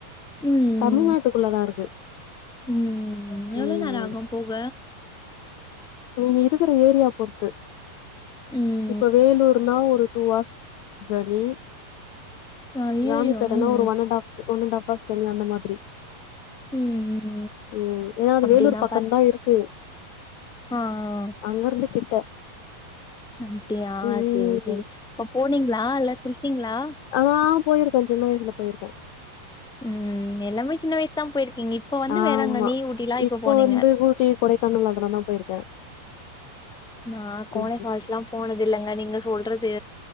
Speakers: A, in the centre; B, on the left.
A: ம்
B: தமிழ்நாட்டுக்குள்ள தா இருக்கு
A: ம் எவ்ளோ
B: ம்
A: நேர ஆகு போக
B: நீங்க இருக்குற ஏரியா பொறுத்து
A: ம்
B: இப்ப வேலூர்னா ஒரு டூ ஆர்ஸ் ஜர்னி
A: அய்யய்யோ
B: ராணிப்பேட்டனா
A: ம்
B: ஒரு ஒ and half and of us ஜர்னிஅந்த மாதிரி
A: ம் ம்
B: ம் ஏனா அது
A: அப்டின்னா
B: வேலூர் பக்கங்தா இருக்கு
A: ஆ ஆ ஆ
B: அங்க இருந்து கிட்ட
A: அப்டியா
B: ம்
A: சேரி சேரி அப்ப போனீங்களா இல்ல போய்ட்டீங்களா
B: ஆ போயி இருக்கே சின்ன வயசுல போயி இருக்கே
A: ம் எல்லாமே சின்ன வயசுதா போயிருக்கீங்க இப்ப வந்து
B: ஆமா
A: வேளாங்கண்ணி ஊட்டி லா இப்ப போனீங்க
B: வந்து ஊட்டி கொடைக்கானல் அதலா தா போயிருக்கே
A: நா கோனே
B: ம்
A: ஃபால்ஸ்லா போனது இல்லங்க நீங்க சொல்றது